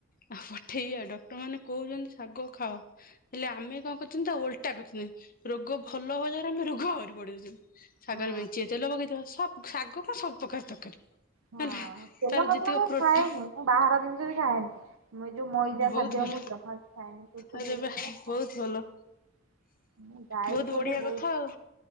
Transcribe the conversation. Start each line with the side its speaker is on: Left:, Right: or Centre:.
Left: ହ ପଠେଇଆ, ଡକ୍ଟର ମାନେ କହୁଛନ୍ତି, ଶାଗ ଖାଅ ହେଲେ ଆମେ କଣ କରିଛନ୍ତି? ତା ଓଲଟା କରିଛନ୍ତି, ରୋଗ ଭଲ ହବାଜାରେ ଆମେ ରୋ ଘରୁ ବଡ଼ଉଛନ୍ ସାଗରେ
Right: ହଁ
Left: ମେନ୍ଚେ ତେଲ ପକେଇଥିବ। ସବ୍ ଶାଗ କଣ ସବୁ ପ୍ରକାର ତରକାରୀ
Right: ହଁ
Left: ହେଲା
Right: ତେଲ
Left: ତାର
Right: ମସଲା
Left: ଯେତିକ
Right: ମୁଁ
Left: ପ୍ରୋଟିନ
Right: ଖାଏନି ମୁଁ ବାହାର ଜିନିଷ ବି ଖାଏନି ମୁ ଯୋଉ ମଇଦା
Left: ବହୁତ
Right: ଖାଦ୍ୟ
Left: ଭଲ
Right: ମୁଁଫା ଖାଏନି ତକୁରିକ
Left: ଆରେ ବା
Right: ଖାଏନିାଇ
Left: ବହୁତ ଭଲ ବହୁତ
Right: ବୋଧେ
Left: ବଢିଆ
Right: ବହୁ
Left: କଥା ଆଉ